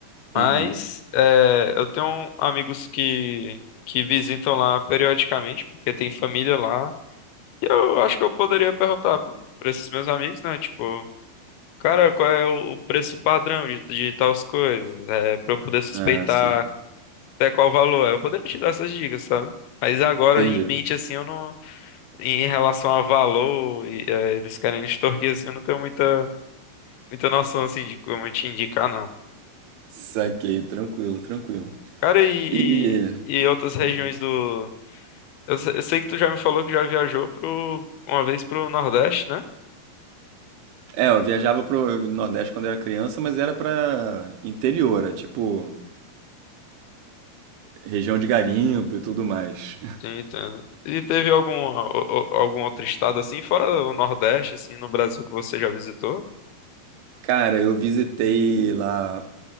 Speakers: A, on the left; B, on the right.
A: Mas
B: Uhum.
A: é, eu tenho amigos que, que visitam lá periodicamente, porque tem família lá. E eu acho que eu poderia perguntar para esses meus amigos, né? Tipo, cara, qual é o preço padrão de, de tais coisas? É, para eu poder suspeitar.
B: Ah, sim.
A: até qual valor é. Eu poderia te dar essas dicas, sabe? Mas agora
B: Entendi.
A: em mente, assim, eu não. Em relação a valor, e, eh, eles querem extorquir, assim, eu não tenho muita, muita noção, assim, de como te indicar, não.
B: Saquei, tranquilo, tranquilo.
A: Cara, e,
B: E.
A: e, e outras regiões
B: diga.
A: do. Eu, se- eu sei que tu já me falou que já viajou pro, uma vez pro Nordeste, né?
B: É, eu viajava pro Nordeste quando era criança, mas era pra interior, é tipo região de garimpo e tudo mais.
A: Sim, entendo. E teve algum, o- o- algum outro estado, assim, fora o Nordeste, assim, no Brasil que você já visitou?
B: Cara, eu visitei lá